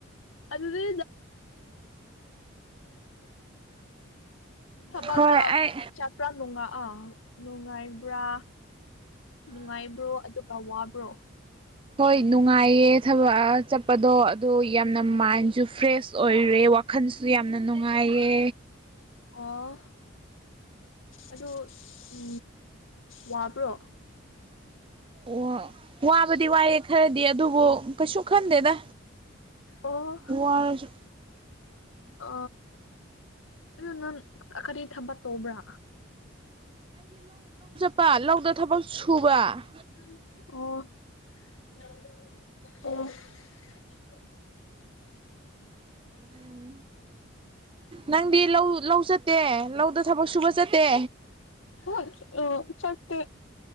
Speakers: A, on the left (about 75°); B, on the right (about 25°).
A: ꯑꯗꯨꯗꯤ ꯑ ꯕꯥꯇ
B: ꯍꯣꯏ ꯑꯩ
A: ꯆꯥꯄꯔꯅꯨꯡꯉ ꯑ <inaudible> ꯅꯨꯡꯉꯥꯏꯕ꯭ꯔꯥ ꯅꯨꯡꯉꯥꯏꯕ꯭ꯔꯣ ꯑꯗꯨꯒ ꯋꯥꯕ꯭ꯔꯣ
B: ꯍꯣꯏ ꯅꯨꯡꯉꯥꯏꯌꯦ ꯊꯕꯛ ꯆꯠꯄꯗꯣ ꯑꯗꯨ ꯌꯥꯝꯅ ꯃꯥꯏꯟꯁꯨ ꯐ꯭ꯔꯦꯁ ꯑꯣꯏꯔꯦ ꯋꯥꯈꯜꯁꯨ ꯌꯥꯝꯅ ꯅꯨꯡꯉꯥꯏꯌꯦ
A: ꯑꯣ ꯑꯗꯨ ꯎ ꯋꯥꯕ꯭ꯔꯣ
B: ꯑꯣ ꯋꯥꯕꯗꯤ ꯋꯥꯏ ꯈꯔꯗꯤ ꯑꯗꯨꯕꯨ ꯀꯩꯁꯨ ꯈꯟꯗꯦꯗ
A: ꯑꯣ
B: ꯋꯥꯔꯁꯨ
A: ꯑ ꯑꯗꯨ ꯅꯪ ꯀꯔꯤ ꯊꯕꯛ ꯇꯧꯕ꯭ꯔꯥ
B: ꯄꯥ ꯂꯧꯗ ꯊꯕꯛ ꯁꯨꯕ
A: ꯑꯣ ꯑꯣ
B: ꯎꯝ <unintelligible> ꯅꯪꯗꯤ ꯂꯧ ꯂꯧ ꯆꯠꯇꯦ ꯂꯧꯗ ꯊꯕꯛ ꯁꯨꯕ ꯆꯠꯇꯦ
A: ꯍ ꯑ ꯆꯠꯇꯦ